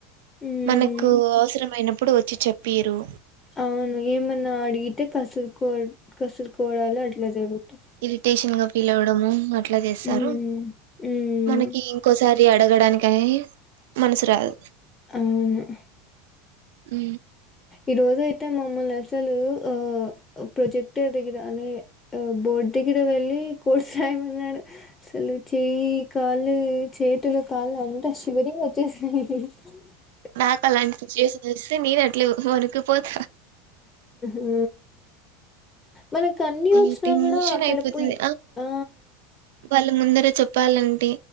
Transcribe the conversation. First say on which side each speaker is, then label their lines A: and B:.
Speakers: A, on the left; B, on the right.
A: మ్మ్
B: మనకు అవసరమైనప్ ఎప్పుడు వచ్చి చెప్పిరూ
A: అవును ఏమన్నా అడిగితే కసుూర్కో కాసుర్కోవడాలు అట్లా జరుగుతాయి.
B: ఇరిటేషన్ గా పిలవడము ఆ అట్లా చేస్తారు
A: మ్మ్ మ్మ్
B: మనకి ఇంకోసారి అడగడానికని మనసు రాదు.
A: అవును
B: ఉ
A: ఈ రోజు అయితే మమ్మల్ని అసలు ఆ ప్రొజెక్టర్ దగ్గర అదే బోర్డు దగ్గర వెళ్ళి కోర్స్ రాయమన్నాడు అసలు చెయ్యి కాళ్ళు చేతులు కాళ్లాంత శివరింగ్వచ్చేసినాయి. సి
B: నాక్ అలాంటి సిచ్యువేషన్ వస్తే నేను అట్లే వనుకు కిపోత
A: ఊ మనకు అన్ని
B: అయ్యో
A: వచ్చినా
B: టెన్షన్
A: కూడా అక్కడ
B: అయిపోతుంది
A: పోయి ఆ
B: వాళ్ళ ముందర చెప్పాలంటే